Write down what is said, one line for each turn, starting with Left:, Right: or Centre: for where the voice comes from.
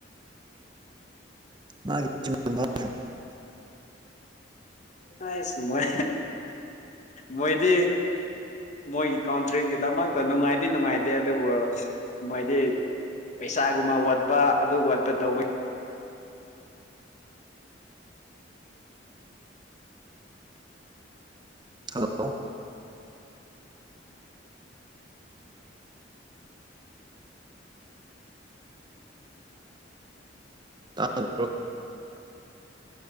Right: ꯃꯥꯒꯤ <unintelligible>
Left: <inaudible> ꯑꯥꯏꯁ ꯃꯣꯏ ꯃꯣꯏꯗꯤ ꯃꯣꯏꯒꯤ ꯀꯥꯎꯟꯇ꯭ꯔꯤꯒꯤꯗꯃꯛꯇ ꯅꯨꯡꯉꯥꯏꯗꯤ ꯅꯨꯡꯉꯥꯏꯇꯦ ꯑꯗꯨꯕꯨ ꯃꯣꯏꯗꯤ ꯄꯩꯁꯥꯒꯨꯝꯕ ꯋꯥꯠꯄ ꯑꯗꯨ ꯋꯥꯠꯄ ꯇꯧꯕꯒꯤ
Right: <unintelligible> ꯇꯥꯗꯣ